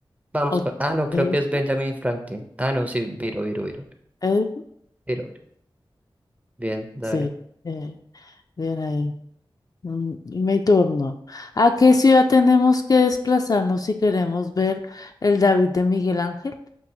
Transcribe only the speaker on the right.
Vamos
con... Ah, no, creo
que es Benjamin Franklin. Ah, no, sí, Viro, Viro, Viro,
Viro, Viro. Viro. Bien, dale.